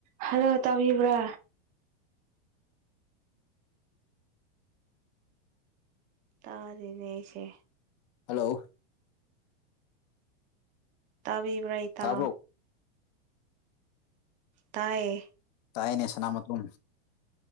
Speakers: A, on the right; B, on the left.
A: hello ꯇꯕꯤꯕ꯭ꯔꯥ ꯇꯥꯔꯅꯦꯁꯦ
B: hello
A: ꯇꯕꯤꯕ꯭ꯔꯩꯇꯥ
B: ꯇꯥꯕ꯭ꯔꯣ
A: ꯇꯌꯦ
B: ꯇꯥꯏꯅꯦ ꯁꯂꯃꯠꯇꯨꯝ